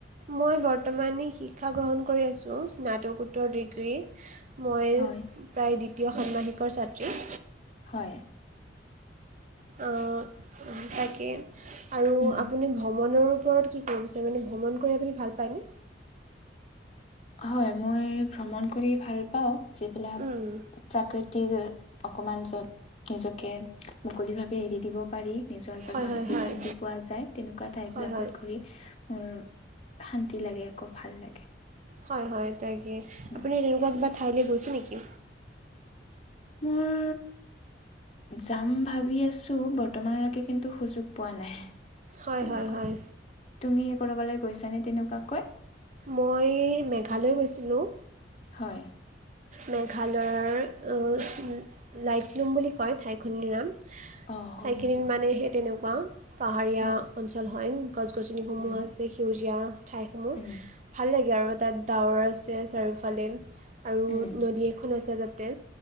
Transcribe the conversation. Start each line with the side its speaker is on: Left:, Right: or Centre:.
Right: মই বৰ্তমানে শিক্ষা গ্ৰহণ কৰি আছোঁ, স্নাতকোত্তৰ ডিগ্ৰী। মই
Left: হয়,
Right: প্ৰায় দ্বিতীয় ষান্মাসিকৰ ছাত্ৰী।
Left: হয়।
Right: তাকে আৰু
Left: উম,
Right: আপুনি ভ্ৰমণৰ ওপৰত কি কব বিচাৰে? মানে ভ্ৰমণ কৰি আপুনি ভাল পায়নে?
Left: হয়, মই ভ্ৰমণ কৰি ভাল পাওঁ। যিবিলাক
Right: উম,
Left: প্ৰাকৃতি তিৰ অকণমান য'ত নিজকে মুকলিভাৱে এৰি দিব পাৰি। নিজৰ য'ত
Right: হয়
Left: মানসিক
Right: হয় হয়
Left: শান্তি পোৱা যায়। তেনেকুৱা ঠাইবিলাকত
Right: হয় হয়
Left: ঘূৰি মোৰ শান্তি লাগে আক' ভাল লাগে।
Right: হয়, হয়। তাকে।
Left: উম,
Right: আপুনি তেনেকুৱা কিবা ঠাইলে গৈছে নেকি?
Left: মোৰ যাম ভাবি আছো, বৰ্তমানলৈকে কিন্তু সুযোগ পোৱা নাই।
Right: হয়
Left: তেনেকুৱা।
Right: হয় হয়
Left: তুমি কৰবালে গৈছানে তেনেকুৱাকৈ?
Right: মই মেঘালয় গৈছিলোঁ।
Left: হয়,
Right: মেঘালয়ৰ লাইটলুম বুলি কয় ঠাইখিনিৰ নাম।
Left: অ' শুনিছোঁ।
Right: ঠাইখিনিত মানে সেই তেনেকুৱা, পাহাৰীয়া
Left: অ',
Right: অঞ্চল হয়। গছ-গছনিসমূহ
Left: উম,
Right: আছে, সেউজীয়া ঠাইসমূহ।
Left: উম,
Right: ভাল লাগে আৰু তাত ডাৱৰ আছে চাৰিওফালে। আৰু
Left: উম,
Right: নদী এখন আছে তাতে।